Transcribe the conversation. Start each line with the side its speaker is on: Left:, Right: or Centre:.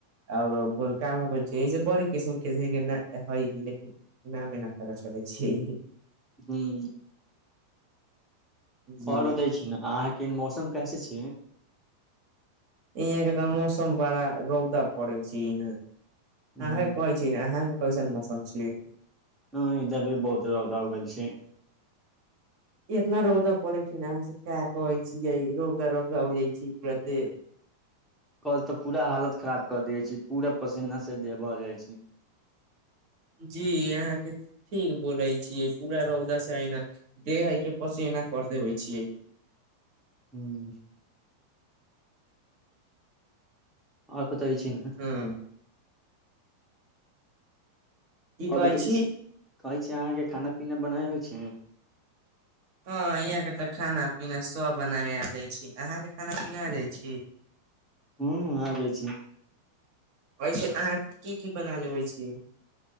Right: ओर गोलकाम कर ई जे बड़ किसम किम हइ लिन नहि बिना पा चलै छै
Centre: हूँ
Right: जी
Centre: ओर बतै छी ने अहाँके मौसम कैसे छीै
Right: यहाँ के तऽ मौसम बड़ा रौदा पड़े छै यहा
Centre: ह
Right: अहे कहे छ अहाँके कैसन मौसम छीयै
Centre: ह इधर भी बहुत रह गेल छ
Right: इतना रौदा पड़ै छै ना अहाँ सब का कहै छियै रौदा रौदा हो जाइ छी पुरा दे
Centre: कल तऽ पूरा हालत खराब कऽ दिय छै पूरा पसीना से देह भऽ जाइ छ
Right: जी अहाँके ठीक बोलै छियै पूरा रौदा से ऐन देह है के पस एना कर देबे छिय
Centre: ह् आ कतै छै न
Right: हँ की कहै
Centre: अब दै
Right: छी
Centre: छै कहै छै अहाँके खाना पीना बनावे अवय छै
Right: हँ यहाँ के तऽ खाना पीना सब बनाबे आ जाय छी अहाँ के खाना पीना आ जाइ छ
Centre: हू आ जाइ छ
Right: ऐसे अहाँ की की बना लेबै छ